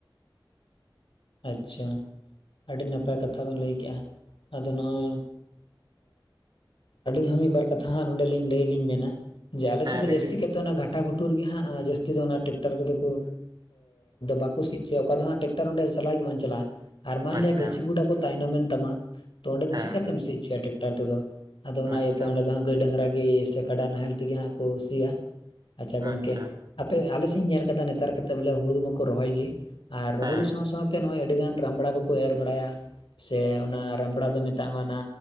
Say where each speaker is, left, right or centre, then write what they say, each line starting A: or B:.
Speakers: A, on the left; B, on the right.
A: ᱟᱪᱪᱷᱟ ᱟᱹᱰᱤ ᱱᱟᱯᱟᱭ ᱠᱟᱛᱷᱟ ᱵᱤᱱ ᱞᱟᱹᱭ ᱠᱮᱜ-ᱟ ᱟᱫᱚ ᱱᱚᱜ-ᱚᱭ ᱟᱹᱞᱤᱧ ᱦᱚᱸ ᱢᱤᱫᱵᱟᱨ ᱠᱟᱛᱷᱟ ᱱᱚᱰᱮ ᱞᱟᱹᱭ ᱞᱤᱧ ᱢᱮᱱᱟ ᱡᱮ ᱟᱞᱮᱥᱮᱫ
B: ᱦᱮᱸ
A: ᱫᱚ
B: ᱞᱟᱹᱭ
A: ᱡᱟᱹᱥᱛᱤ
B: ᱵᱤᱱ
A: ᱠᱟᱛᱮ ᱚᱱᱟ ᱜᱷᱟᱴᱟ ᱜᱷᱩᱴᱩ ᱞᱩᱴᱩᱨ ᱜᱮ ᱦᱟᱸᱜ ᱡᱟᱹᱥᱛᱤ ᱫᱚ ᱚᱱᱟ ᱴᱮᱠᱴᱟᱨ ᱠᱚᱫᱚ ᱠᱚ ᱵᱟᱠᱚ ᱥᱤ ᱚᱪᱚᱭᱟ ᱚᱠᱟ ᱫᱚ ᱦᱟᱸᱟᱜ ᱴᱮᱠᱴᱟᱨ ᱚᱸᱰᱮ ᱪᱟᱞᱟᱣ ᱜᱮ ᱵᱟᱝ ᱪᱟᱞᱟᱜᱼᱟ ᱟᱨ ᱢᱟᱱᱞᱮᱭᱟ
B: ᱟᱪᱪᱷᱟ
A: ᱜᱟᱹᱪᱷᱤ ᱜᱚᱰᱟ ᱠᱚ ᱛᱟᱭᱱᱚᱢᱮᱱ ᱛᱟᱢᱟ ᱛᱚ ᱚᱸᱰᱮ ᱫᱚ
B: ᱦᱮᱸ
A: ᱪᱤᱠᱟᱛᱮᱢ ᱥᱤ ᱚᱪᱚᱭ-ᱟ ᱴᱮᱠᱴᱟᱨ ᱛᱮᱫᱚ ᱟᱫᱚ ᱚᱱᱟ
B: ᱟᱪᱪᱷᱟ
A: ᱤᱭᱟᱹᱛᱮ ᱚᱸᱰᱮ ᱫᱚ ᱦᱟᱸ ᱜᱟᱹᱭ <unintelligible> ᱰᱟᱝᱨᱟ ᱜᱮ ᱥᱮ ᱠᱟᱰᱟ ᱱᱟᱦᱮᱞ ᱛᱮᱜᱮ ᱦᱟᱸᱜ ᱠᱚ ᱥᱤᱭᱟ ᱟᱪᱷᱟ ᱜᱚᱢᱠᱮ
B: ᱟᱪᱪᱷᱟ
A: ᱟᱯᱮ ᱟᱞᱮᱥᱮᱫ ᱤᱧ ᱧᱮᱞ ᱟᱠᱟᱫᱟ ᱱᱮᱛᱟᱨ ᱠᱟᱛᱮ ᱵᱚᱞᱮ ᱦᱩᱲᱩ ᱢᱟᱠᱚ ᱨᱚᱦᱚᱭ ᱜᱮ ᱟᱨ
B: ᱦᱮᱸ
A: ᱦᱩᱲᱩ ᱥᱟᱶ ᱥᱟᱶᱛᱮ ᱛᱮ ᱱᱚᱜᱼᱚᱭ ᱟᱹᱰᱤ ᱜᱟᱱ ᱨᱟᱢᱵᱲᱟ ᱠᱚᱠᱚ ᱮᱨ ᱵᱟᱲᱟᱭ-ᱟ ᱾ ᱥᱮ ᱚᱱᱟ ᱨᱟᱢᱲᱟ ᱫᱚ ᱢᱮᱛᱟᱜ ᱢᱟ ᱚᱱᱟ